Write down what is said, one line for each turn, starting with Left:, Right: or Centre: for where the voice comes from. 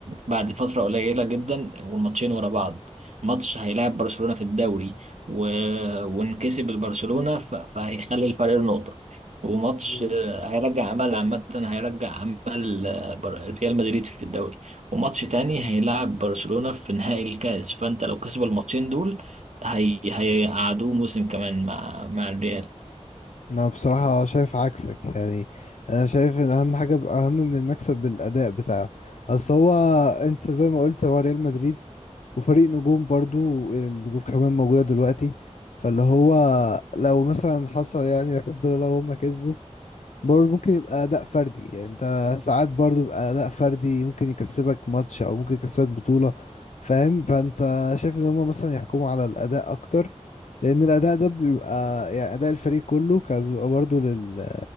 Right: بعد فتره قليله جدا والماتشين ورا بعض ماتش هيلاعب برشلونه في الدوري و- وانكسب البرشلونه ف- فهيخلي الفرق نقطه وماتش
Left: مم.
Right: آه، هيرجع امل عامه هيرجع امل بر- ريال مدريد في الدوري وماتش تاني هيلعب برشلونة في نهائي الكاس فانت لو كسب الماتشين دول هي هيقعدوه موسم كمان مع مع الريال
Left: انا بصراحة شايف عكسك يعني انا شايف ان اهم حاجة اهم من المكسب بالاداء بتاعه اصل هو انت زي ما قلت هو ريال مدريد وفريق نجوم برضو النجوم كمان موجودة دلوقتي فاللي هو لو مثلا حصل يعني لا قدر الله هم كسبوا برضه ممكن يبقى أداء فردي يعني أنت ساعات برضه يبقى أداء فردي ممكن يكسبك ماتش أو ممكن يكسبك بطولة فاهم فأنت شايف إن هما مثلا يحكموا على الأداء أكتر لأن الأداء ده بيبقى يعني أداء الفريق كله كان بيبقى برضه لل